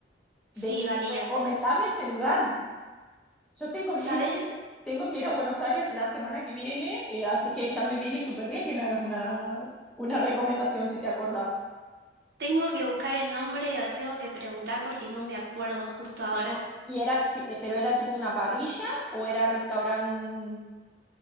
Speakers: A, on the right; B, in the centre.
A: Sí,
B: De,
A: valía,
B: recomendame
A: sí.
B: ese lugar. Yo tengo que
A: ¿Sabes?
B: ir, tengo que ir a Buenos Aires la semana que viene, eh, así que ya me viene súper bien que me hagas una, una recomendación si te acordás.
A: Tengo que buscar el nombre o tengo que preguntar porque no me acuerdo justo ahora.
B: Pero, y era, ti- eh, pero era tipo una parrilla o era restaurante